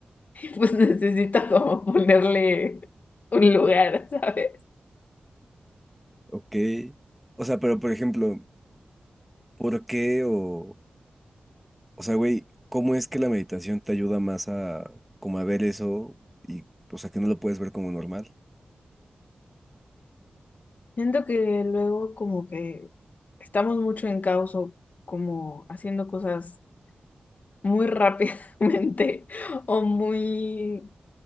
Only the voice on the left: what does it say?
pues necesito como ponerle un lugar, ¿sabes?
Siento que luego como que estamos mucho en caos o como haciendo cosas muy rápidamente <laughs> o muy